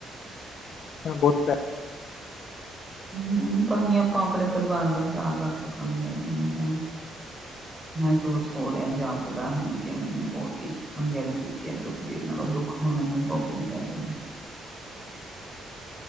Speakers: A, on the left (about 65°); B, on the right (about 15°).
A: ਤਾਂ ਬੋਹੁਤ ਪ
B: ਹੂੰ, ਤਾਂ ਹੀ ਆਪਾਂ ਆਪਣੇ ਪਰਿਵਾਰ ਦਾ ਖਿਆਲ ਰੱਖ ਸਕਾਂਗੇ, ਮੈਨੂੰ ਹੁਣ ਮਹਿਸੂਸ ਹੋ ਰਿਹਾ ਜਾਪਦਾ ਹੁਣ ਕੇ ਮੈਨੇ ਬਹੁਤ ਹੀ ਅਣਗੈਲੀ ਕੀਤੀ ਆ ਆਪਣੇ ਸਰੀਰ ਨਾਲ ਔਹ ਦੁੱਖ ਹੁਣ ਮੈਨੂੰ ਹੀ ਭੋਗਣੇ ਪੈ ਰਹੇ ਨੇ।